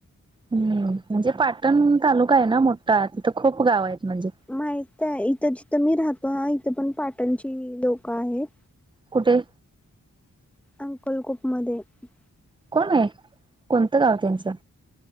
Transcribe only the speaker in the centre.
माहित आहे इथं जिथं मी राहतो हा इथं पण पाटणची लोकं आहेत.
अंकल कुपमध्येध्ये